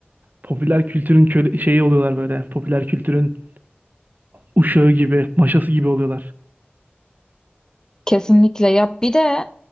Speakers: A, on the right (about 50°); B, on the left (about 15°).
A: Popüler kültürün köle şeyi oluyorlar böyle. Popüler kültürün uşağı gibi, maşası gibi oluyorlar.
B: Kesinlikle ya bir de